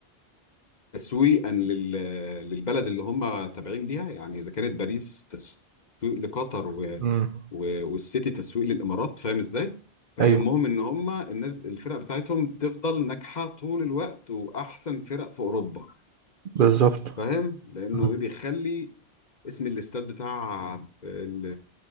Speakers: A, on the left; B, on the right.
A: تسويقا لل... للبلد اللي هم تابعين ليها يعني إذا كانت باريس تسويق لقطر و...
B: مم.
A: و... والسيتي تسويق للإمارات فاهم إزاي؟ فيهمهم
B: أيوه
A: إن هم الناس الفرق بتاعتهم تفضل ناجحة طول الوقت وأحسن فرق في أوروبا
B: بالظبط
A: فاهم لانه
B: مم.
A: ايه بيخلي اسم الاستاد بتاع ال-